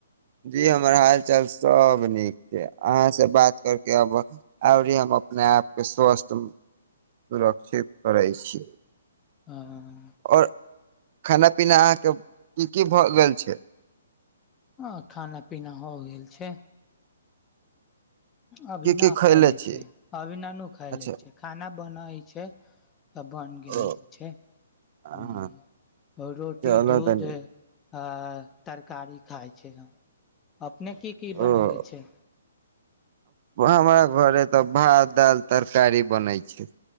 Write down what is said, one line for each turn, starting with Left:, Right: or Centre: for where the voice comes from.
Right: जी हमर हाल चाल सब नीक छै अहाँ से बात करके अब आरी हम अपने आपके स्वस्थ। सुुरक्षित। करै छी।
Left: ह।
Right: आओर खाना पीना अहाँके की की भऽ गेल छै।
Left: आँ खाना पीना हो गेल छै। अभी
Right: की
Left: न
Right: की खैले
Left: खा लै
Right: छी
Left: छै अभी ननू खा
Right: अच्छा
Left: लै छै खाना बनै छै तऽ बन गेल
Right: ओ
Left: छै
Right: हँ
Left: ह आओ रोटी
Right: चलऽ
Left: दूध।
Right: तनी
Left: आ तरकारी खाइ छै हम। अपने की की बनाले
Right: ओ
Left: छै।
Right: हमरा घरे तऽ भात दालि तरकारी बनै छै।